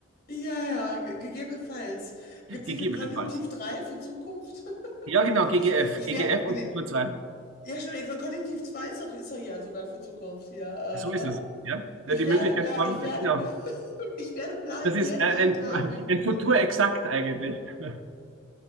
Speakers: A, on the left (about 50°); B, on the right (about 85°).
A: Ja, ja, ge- gegebenenfalls. Gibt es
B: Gegebenenfalls.
A: nicht für Konjunktiv 3 für Zukunft? <laughs>
B: Ja, genau, GGF.
A: Ich, ich
B: GGF
A: werde,
B: und
A: nee.
B: Futur 2.
A: Ja, stimmt, Kon- Konjunktiv 2 ist doch, ist doch ja sogar für Zukunft hier,
B: So
A: äh, ne?
B: ist es, ja.
A: Ich
B: Ja, die
A: werde,
B: Möglichkeit
A: ge-
B: von,
A: ich werde,
B: genau.
A: <laughs> ich werde Pla
B: Das
A: Pläne
B: ist äh,
A: gehabt
B: ein,
A: haben.
B: ein Futur exakt eigentlich. <laughs>